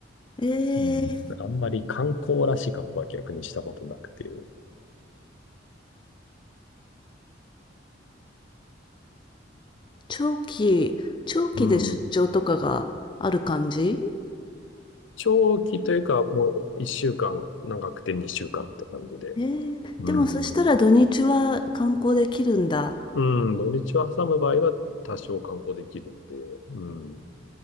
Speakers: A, on the left (about 25°); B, on the left (about 75°).
A: えー、
B: うん、あんまり観光らしい観光は逆にしたことなくて、
A: 長期、長期で出張とかがある感じ
B: うん。長期というか、もう一週間、長くて二週間って感じで。
A: ええ、
B: うん。
A: でもそしたら土日は観光できるんだ。
B: うん、土日を挟む場合は多少観光できるんで。うん。